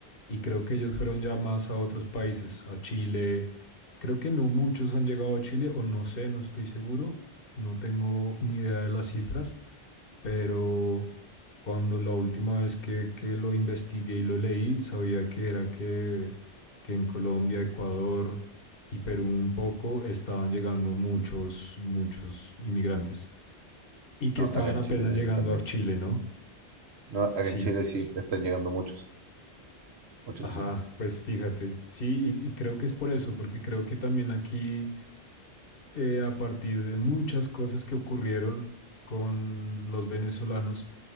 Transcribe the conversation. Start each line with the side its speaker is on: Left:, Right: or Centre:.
Left: y creo que ellos fueron ya más a otros países, a Chile. Creo que no muchos han llegado a Chile o no sé, no estoy seguro, no tengo ni idea de las cifras, pero cuando la última vez que, que lo investigué y lo leí, sabía que era que, que en Colombia, Ecuador y Perú un poco estaban llegando muchos, muchos inmigrantes. Y que
Right: No,
Left: estaban
Right: acá en
Left: apenas
Right: Chile
Left: llegando
Right: eh, también.
Left: a Chile, ¿no?
Right: No, acá
Left: Sí.
Right: en Chile sí,
Left: s-
Right: están llegando muchos. Muchos
Left: Ajá,
Right: sí,
Left: pues fíjate. Sí, y, y creo que es por eso, porque creo que también aquí eh, a partir de muchas cosas que ocurrieron con los venezolanos,